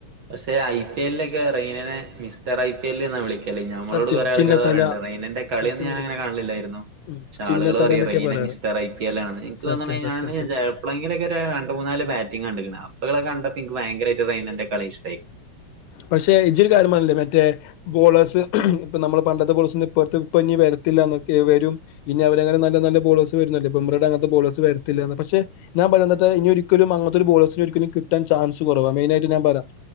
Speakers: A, on the right; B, on the left.
A: പക്ഷെ ഐ പി എല്ല് ക്കെ റയ്നെനെ മിസ്റ്റർ ഐ പി എല്ല് എന്നാ വിളിക്കല് ഞമ്മളോട്
B: സത്യം
A: കുറെ ആളുകൾ
B: ചിന്നത്തല
A: പറ ണ്ട് റയ്നന്റെ കളിയൊന്നുംഞാന
B: സത്യം പറ
A: അങ്ങനെ കാണലില്ലായിരുന്നു
B: ഉം
A: പക്ഷെ
B: ചിന്നത്തല
A: ആളുകള് പറയാ
B: എന്നൊക്കെയാ
A: റെയിന
B: പറയാറ്.
A: മിസ്ർ ഐ പി എ ആണ് എക്ക്
B: സത്യം
A: തോന്നുന്നെ
B: സത്യം സത്യം.
A: ചെലപ്പ്ളെങ്കിലൊക്കെ രണ്ട് മൂന്നല് ബാറ്റിങ്ങ് കണ്ടക്ക്‌ണ് അപ്പകളെ കണ്ടപ്പോ എനിക്ക്‌ ഭയരമയിട്ട് റയ്നാന്റെകളി ഇഷ്
B: പഷേ ഇജ് ഒരു കാര്യം പറഞ്ഞില്ലേ മറ്റേ ബോളേഴ്സ് ഇപ്പ നമ്മള് പണ്ടത്തെ ബോളേഴസ് ഇപ്പട്ത്ത് ഇപ്പ ഇനി വരത്തില്ല എന്നൊക്കെ വരും ഇനി അവരങ്ങനെ നല്ല നല്ല ബോഴസ് വരുന്ന ബോമറ അങ്ങത്തെ ബോളഴസ് വരത്തില്ലന്ന് പക്ഷെ ഞാൻ പറഞ്ഞത്തെ ഇനി ഒരിക്കലും അങ്ങത്തെ ഒരു ബോളെഴ്സ് ഇനി ഒരിക്കലും കിട്ടാൻ ചാൻസ് കുറവാ മേയിനായിട്ട് ഞാൻ പറയാം